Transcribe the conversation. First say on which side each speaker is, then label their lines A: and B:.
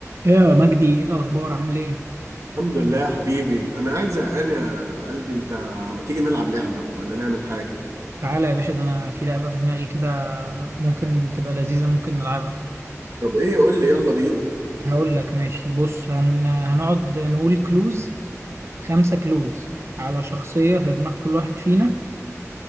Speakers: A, on the right; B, on the right.
A: ايه يا مجدي ايه الاخبار عامل ايه
B: الحمد لله يا حبيبي انا قاعد زهقان يا قلبي انت ما تيجي نلعب لعبة ولا نعمل حاجة
A: تعالى يا باشا ده انا في لعبه في دماغي كده ممكن تبقى لذيذه ممكن نلعبها
B: طب ايه قول لي يلا بينا
A: هقول لك ماشي بص هن... هنقعد نقول كلوز خمسه كلوز على شخصيه في دماغ كل واحد فينا